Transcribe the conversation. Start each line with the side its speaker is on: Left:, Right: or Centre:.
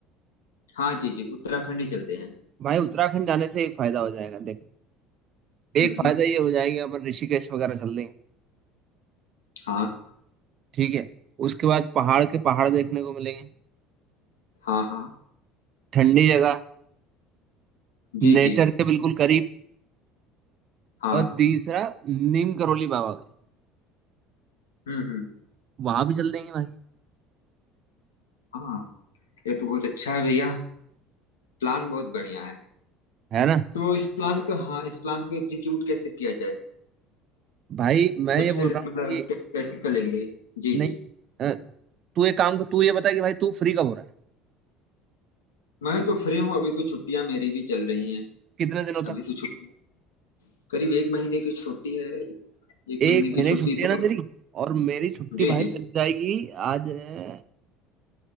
Left: हाँ जी जी उत्तराखंड ही चलते हैं
Right: भाई उत्तराखंड जाने से एक फायदा हो जाएगा देख
Left: हम्म
Right: एक फायदा
Left: हम्म,
Right: ये हो जाएगा अपन ऋषिकेश वगैरह चल देंगे
Left: हाँ
Right: ठीक है उसके बाद पहाड़ के पहाड़ देखने को मिलेंगे
Left: हाँ हाँ
Right: ठंडी जगह
Left: जी
Right: नेचर
Left: जी
Right: के बिल्कुल करीब
Left: हाँ
Right: और तीसरा नीम करोली बाबा भी
Left: हम्म हम्म,
Right: वहां भी चल देंगे भाई
Left: हाँ ये तो बहुत अच्छा है भैया प्लान बहुत बढ़िया है
Right: है ना
Left: तो इस प्लान का हाँ इस प्लान को एग्जीक्यूट कैसे किया जाए
Right: भाई मैं
Left: कुछ
Right: ये बोल
Left: है मतलब
Right: रहा हूँ कि
Left: कै- कैसे करेंगे जी
Right: नहीं
Left: जी
Right: तू एक काम कर तू ये बता कि भाई तू फ्री कब हो रहा है
Left: मैं तो फ्री हूँ अभी तो छुट्टियां मेरी भी चल रही हैं
Right: कितने दिनों
Left: अभी
Right: तक
Left: तो छुट्टी करीब एक महीने की छुट्टी है एक
Right: एक
Left: महीने
Right: महीने
Left: की छुट्टी
Right: की छुट्टी है
Left: तो
Right: ना तेरी और मेरी छुट्टी
Left: जी
Right: भाई
Left: जी
Right: लग जाएगी आज है